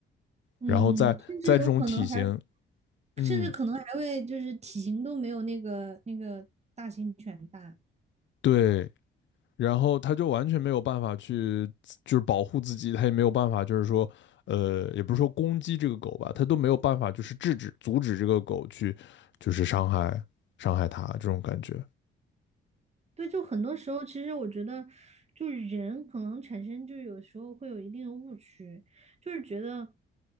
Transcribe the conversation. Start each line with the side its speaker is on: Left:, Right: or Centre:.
Right: 嗯，
Left: 然后在在这种体型，
Right: 甚至有可能还
Left: 嗯，
Right: 甚至可能还会就是体型都没有那个那个大型犬大。
Left: 对，然后它就完全没有办法去就是保护自己，它也没有办法就是说，呃，也不是说攻击这个狗吧，它都没有办法就是制止阻止这个狗去就是伤害伤害它这种感觉。
Right: 对，就很多时候，其实我觉得，就是人可能产生，就有时候会有一定的误区，就是觉得，